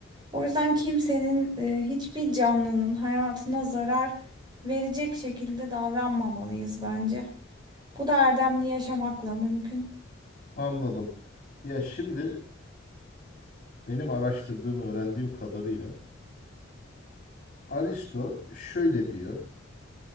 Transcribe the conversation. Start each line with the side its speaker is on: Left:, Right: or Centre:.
Right: O yüzden kimsenin e, hiçbir canlının hayatına zarar verecek şekilde davranmamalıyız bence. Bu da erdemli yaşamakla mümkün.
Left: Anladım. Ya şimdi e, benim araştırdığım, öğrendiğim kadarıyla Aristo şöyle diyor.